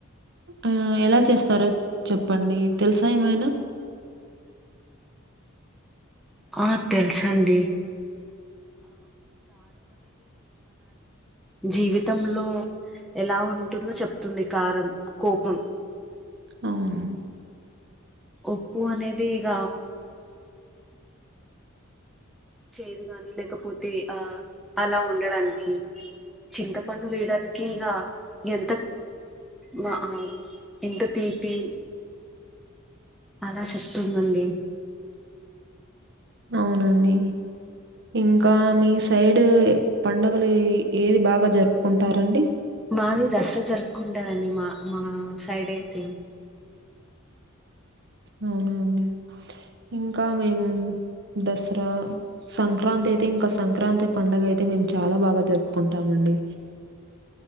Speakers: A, on the right; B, in the centre.
A: ఆ ఎలా చేస్తారో చెప్పండి తెలుసా ఏమైనా
B: ఆ తెలుసండి జీవితంలో ఎలా ఉంటుందో చెప్తుంది కారం కోపం
A: అవును
B: ఉప్పు అనేది ఇగ చేదు గానీ లేకపోతే ఆ అలా ఉండడానికి చింతపంపడు వేయడానికి ఇగ ఎంత మా ఆం ఎంత తీపి అలా చెప్తుందండి
A: అవునండి ఇంకా మీ సైడు పండగలు ఏది బాగా జరుపుకుంటారండి
B: మాది దసరా జరుపుకుంటారండి మా మా సైడ్ అయితే
A: అవునా అండి ఇంకా మేము దసరా సంక్రాంతి అయితే ఇంక సంక్రాంతి పండుగ అయితే మేము చాలా బాగా జరుపుకుంటాం అండి